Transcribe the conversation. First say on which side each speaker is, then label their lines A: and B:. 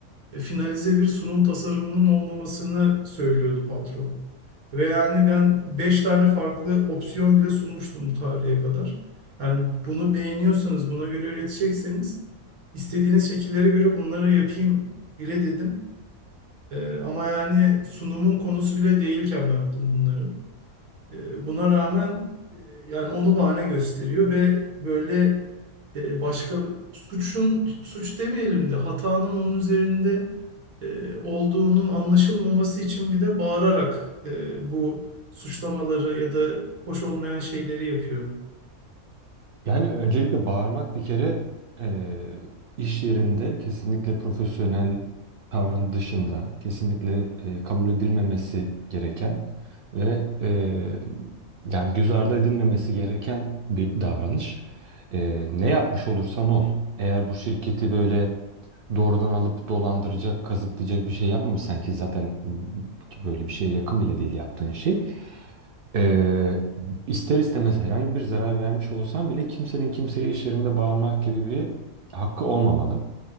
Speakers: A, on the right (about 80°); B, on the right (about 70°).
A: e, finalize bir sunum tasarımının olmamasını söylüyordu patron. Ve yani ben 5 tane farklı opsiyon bile sunmuştum bu tarihe kadar. Yani bunu beğeniyorsanız, buna göre üretecekseniz İstediğiniz şekillere göre bunları yapayım bile dedim. Ee, ama yani sunumun konusu bile değilken yaptım bunları. Ee, buna rağmen e, yani onu bahane gösteriyor ve böyle e, başka suçun suç demeyelim de hatanın onun üzerinde e, olduğunun anlaşılmaması için bir de bağırarak e, bu suçlamaları ya da hoş olmayan şeyleri yapıyor.
B: Yani öncelikle bağırmak bir kere eee, iş yerinde kesinlikle profesyonel tavrın dışında kesinlikle eee, kabul edilmemesi gereken ve eee, yani göz ardı edilmemesi gereken bir davranış. Eee, ne yapmış olursan ol, eğer bu şirketi böyle doğrudan alıp dolandıracak, kazıklayacak bir şey yapmamışsan ki zaten böyle bir şeye yakın bile değil yaptığın şey. Eee, İster istemez herhangi bir zarar vermiş olsam bile kimsenin kimseye iş yerinde bağırmak gibi bir hakkı olmamalı.